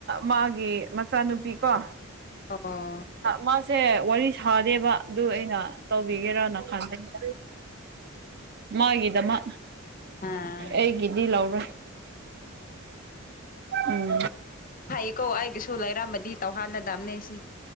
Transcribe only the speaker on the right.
ꯃꯥꯒꯤ ꯃꯆꯥꯅꯨꯄꯤ ꯀꯣ
ꯃꯥꯁꯦ ꯋꯥꯔꯤ ꯁꯥꯗꯦꯕ ꯑꯗꯨ ꯑꯩꯅ ꯇꯧꯕꯤꯒꯦꯔꯅ ꯈꯟꯕꯅꯦꯕꯥ ꯃꯥꯒꯤꯗ ꯃꯥ
ꯑꯩꯒꯤꯗꯤ ꯂꯧꯔꯣꯏ ꯎꯝ